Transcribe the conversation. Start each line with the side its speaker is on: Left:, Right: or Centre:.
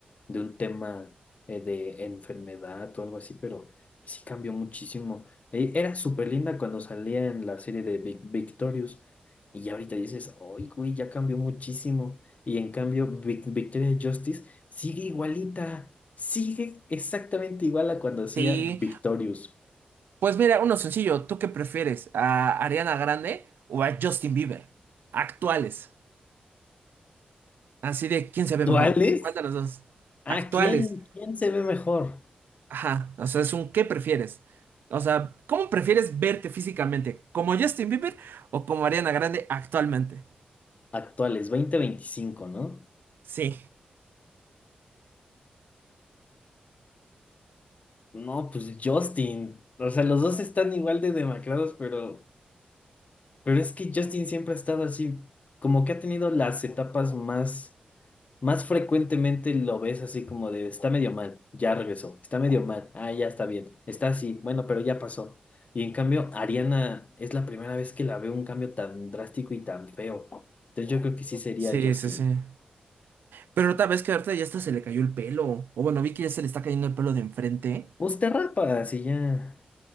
Left: de un tema eh, de enfermedad o algo así, pero sí cambió muchísimo. E- era súper linda cuando salía en la serie de Vic- Victorious y ya ahorita dices, ¡ay, güey, ya cambió muchísimo! Y en cambio, Vic- Victoria Justice sigue igualita, sigue exactamente igual a cuando hacía
Right: sí.
Left: Victorious.
Right: Pues mira, uno sencillo. ¿Tú qué prefieres? ¿A Ariana Grande o a Justin Bieber? Actuales. Así de, ¿quién se ve
Left: ¿Cuál
Right: mejor?
Left: es?
Right: ¿Cuál de los dos?
Left: ¿A
Right: Actuales.
Left: quién, quién se ve mejor?
Right: Ajá. O sea, es un ¿qué prefieres? O sea, ¿cómo prefieres verte físicamente? ¿Como Justin Bieber o como Ariana Grande actualmente?
Left: Actuales, veinte veinticinco ¿no?
Right: Sí.
Left: No, pues Justin. O sea, los dos están igual de demacrados, pero, pero es que Justin siempre ha estado así, como que ha tenido las etapas más, más frecuentemente lo ves así como de, está medio mal, ya regresó, está medio mal, ah, ya está bien, está así, bueno, pero ya pasó. Y en cambio, Ariana es la primera vez que la veo un cambio tan drástico y tan feo. Entonces yo creo que sí sería
Right: Sí,
Left: Justin.
Right: sí, sí. Pero tal vez que ahorita ya hasta se le cayó el pelo. O bueno, vi que ya se le está cayendo el pelo de enfrente.
Left: Pues te rapas y ya.